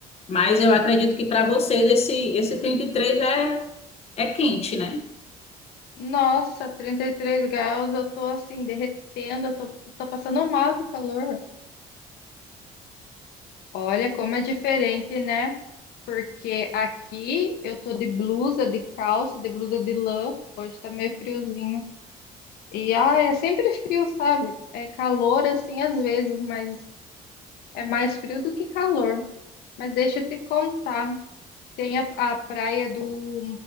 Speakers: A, on the left (about 40°); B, on the left (about 80°).
A: Mas eu acredito que para vocês esse, esse 33 é, é quente, né?
B: Nossa, trinta e três graus, eu tô assim derretendo, eu tô, tô passando mal de calor. Olha como é diferente, né? Porque aqui eu tô de blusa, de calça, de blusa de lã. Hoje tá meio friozinho. E ah, é sempre frio, sabe? É calor assim às vezes, mas é mais frio do que calor. Mas deixa eu te contar. Tem a, a praia do